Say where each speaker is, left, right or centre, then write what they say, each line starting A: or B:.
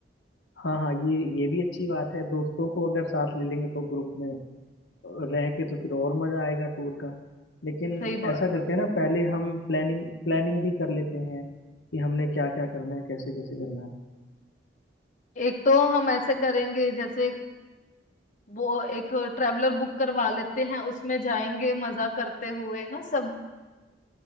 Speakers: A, on the left; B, on the left.
A: हाँ हाँ ये ये भी अच्छी बात है दोस्तों को अगर साथ ले लेंगे तो ग्रुप में रह के तो फिर और मजा आएगा टूर का लेकिन
B: सही बात
A: ऐसा करते हैं ना पहले हम प्लानिंग प्लानिंग भी कर लेते हैं कि हमने क्या क्या करना है कैसे कैसे करना है
B: एक तो हम ऐसे करेंगे जैसे वो एक ट्रेवलर बुक करवा लेते हैं उसमें जाएंगे मजा करते हुए ना सब